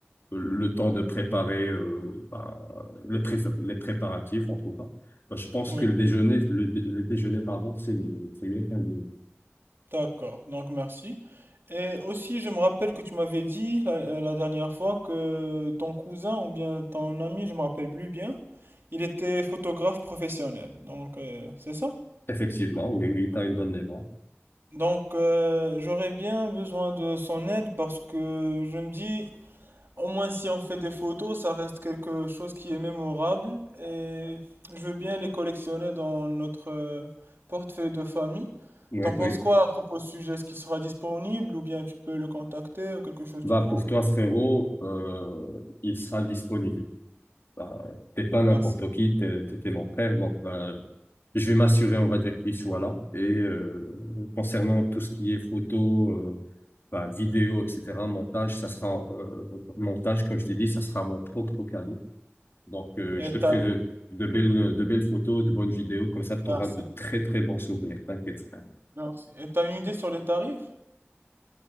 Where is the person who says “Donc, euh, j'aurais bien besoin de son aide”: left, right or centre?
Right